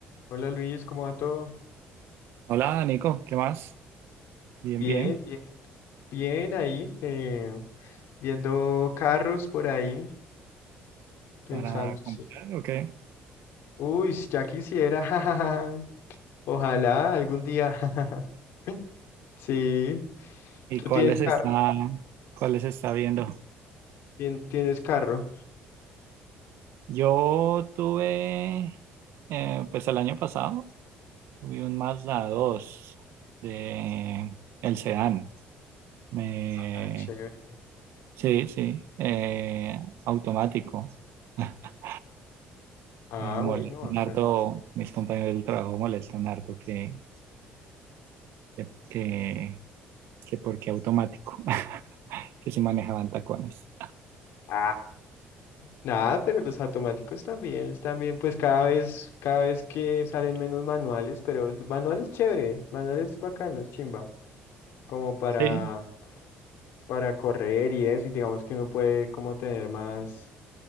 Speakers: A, on the left; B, on the right.
A: Hola Luis, ¿cómo va todo?
B: Hola, Nico, ¿qué más? Bien,
A: Bien,
B: bien.
A: bien, bien ahí, eh, viendo carros por ahí, pensando,
B: ¿Para
A: sí.
B: comprar o qué?
A: Uy, si ya quisiera, <laughs> jajaja, ojalá algún día, <laughs> jajaja. Sí,
B: ¿Y
A: tú
B: cuáles
A: tienes carro,
B: está, cuáles está viendo?
A: tien- tienes carro.
B: Yo tuve, eh, pues el año pasado, tuve un Mazda dos de el sedán. Me,
A: Ah, chévere.
B: sí, sí, eh, automático. <laughs>
A: Ah,
B: Me molestan
A: bueno, bacano.
B: harto, mis compañeros del trabajo molestan harto que, que, que, que porque automático, <laughs> que si manejaban tacones.
A: Ah, nada, pero los automáticos también, están bien, pues cada vez, cada vez que salen menos manuales, pero manuales chévere, manuales bacanos, chimba, como para
B: Sí,
A: para correr y eso, y digamos que uno puede como tener más,